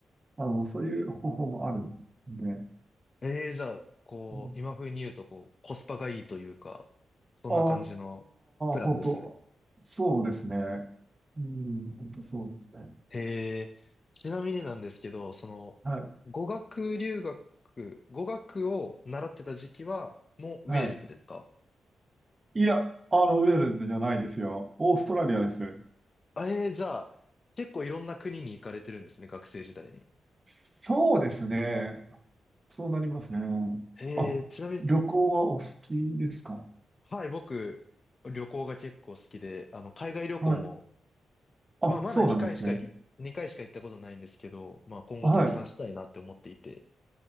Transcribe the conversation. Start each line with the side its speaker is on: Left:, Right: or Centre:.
Right: あの、そういう方法もあるんで、
Left: ええじゃあ、こう、
Right: うん
Left: 今風に言うと、こう、コスパがいいというか、そんな感じのプランですね。
Right: ああ、本当、そうですね。うん、本当そうですね。
Left: へえ、ちなみになんですけど、その、
Right: はい。
Left: 語学留学、語学を習ってた時期は、もうウェールズですか
Right: はい。いや、あの、ウェールズじゃないですよ。オーストラリアです。
Left: あええじゃあ、結構いろんな国に行かれてるんですね、学生時代に。
Right: そうですね。そうなりますね。
Left: へえ、
Right: あ、
Left: ちなみに、
Right: 旅行はお好きですか
Left: はい、僕、旅行が結構好きで、あの、海外旅行も
Right: はい。あ、
Left: まあ、まだ2回しかい、
Right: そうなんですね。
Left: 回しか行ったことないんですけど、まあ、今後たくさんしたいなって思っていて。
Right: はい。